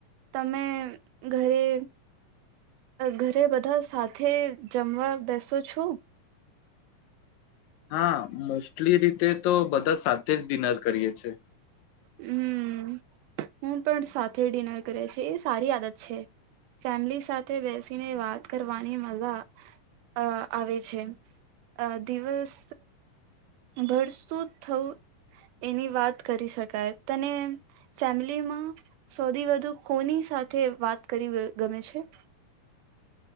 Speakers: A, on the right; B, on the left.
A: તમે ઘરે ઘરે બધા સાથે જમવા બેસો છો?
B: હા, મોસ્ટલી રીતે તો બધા સાથે જ ડિનર કરીએ છે.
A: હમ્મ, હું પણ સા ધે ડિનર કરે છે, એ સારી આદત ફેમિલી સાથે બેસીને વાત કરવાની મજા આવે છે દિવસ ભરતું થવું એની વાત કરી શકાય તને ફેમિલીમાં સૌથી વધુ કોની સાથે વાત કરી ગમે છે.